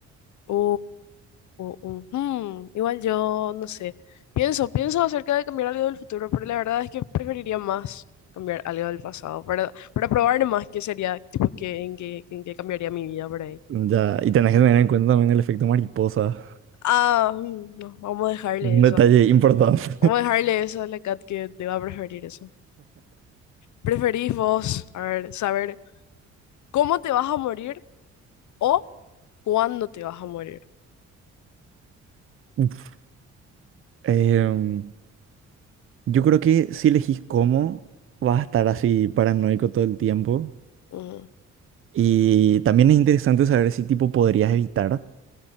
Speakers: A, on the left (about 70°); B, on the right (about 45°).
A: O, o- o- o, hmm, Igual yo, no sé. Pienso, pienso acerca de cambiar algo del futuro, pero la verdad es que preferiría más cambiar algo del pasado para, para probar más qué sería, tipo, qué, en qué, en qué cambiaría mi vida por ahí.
B: Ya, y tenés que tener en cuenta también el efecto mariposa,
A: Ah, mm, no, vamos a dejarle
B: un
A: eso.
B: detalle importante.
A: Vamos a dejarle eso a la cat que te va a preferir eso. ¿Preferís vos, a ver, saber cómo te vas a morir o cuándo te vas a morir?
B: <laughs> Uf. em, Yo creo que si elegís cómo, vas a estar así paranoico todo el tiempo.
A: Mm,
B: Y también es interesante saber si tipo podrías evitar.